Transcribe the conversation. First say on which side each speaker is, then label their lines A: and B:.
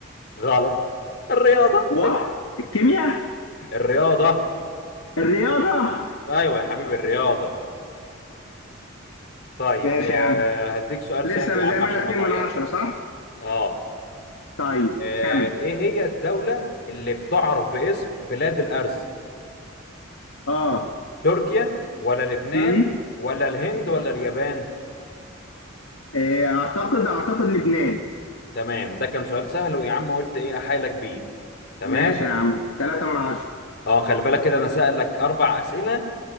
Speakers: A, on the left; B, on the left.
A: غلط الرياضة
B: والكيمياء
A: الرياضة
B: الرياضه
A: أيوة يا حبيبي الرياضة طيب
B: ماشي
A: آه،
B: يا عم
A: هديك سؤال
B: لسه
A: سهل
B: انا
A: يا عم
B: زي ما
A: عشان
B: انا
A: ما
B: 2
A: تعيطش
B: من 10 صح؟
A: اه
B: طيب
A: آه،
B: كمل
A: ايه هي الدولة اللي بتعرف باسم بلاد الأرز
B: اه
A: تركيا ولا لبنان
B: امم
A: ولا الهند ولا اليابان
B: إيه، اعتقد اعتقد لبنان
A: تمام ده كان سؤال سهل ويا عم قلت ايه احايلك بيه تمام
B: ماشي يا عم 3 من 10
A: اه خلي بالك كده انا سألك اربع اسئله